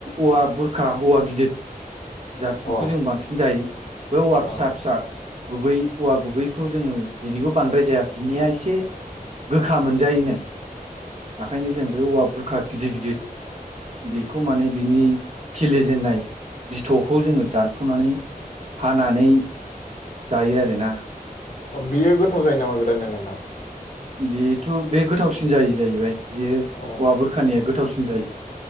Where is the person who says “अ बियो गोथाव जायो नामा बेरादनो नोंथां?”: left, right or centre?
Left